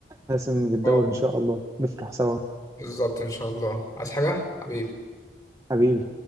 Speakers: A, on the right (about 20°); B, on the left (about 20°).
A: حاسم في الدوري
B: اه
A: ان شاء الله نفرح سوا
B: بالظبط ان شاء الله عايز حاجة حبيبي
A: حبيبي